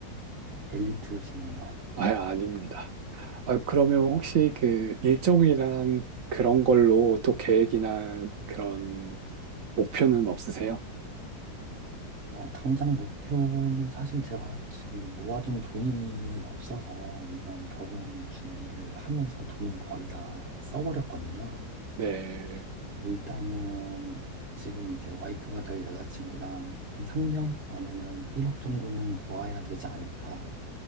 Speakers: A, on the right (about 40°); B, on the right (about 60°).
A: 엘리트시네요.
B: 아, 아닙니다. 아, 그러면 혹시 그 일정이랑 그런 걸로 또 계획이나 그런 목표는 없으세요?
A: 어, 당장 목표는 사실 제가 지금 모아둔 돈이 없어서 이번 결혼 준비를 하면서 돈을 거의 다 써버렸거든요.
B: 네.
A: 그래서 일단은 지금 이제 와이프가 될 여자친구랑 한 3년 안에는 1억 정도는 모아야 되지 않을까.